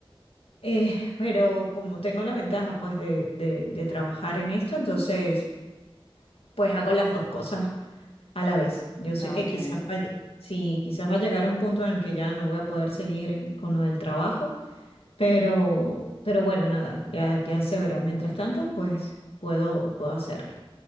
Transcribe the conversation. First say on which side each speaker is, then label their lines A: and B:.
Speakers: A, on the left; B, on the left.
A: Eh, pero como tengo la ventaja pues de, de- de trabajar en esto, entonces pues hago las dos cosas a la vez. Yo sé
B: Ah,
A: que
B: qué
A: quizás
B: bien.
A: vaya, sí, quizás va a llegar un punto en el que ya no voy a poder seguir con lo del trabajo, pero, pero bueno, nada, ya, ya se verá. Mientras tanto, pues puedo, puedo hacerlo.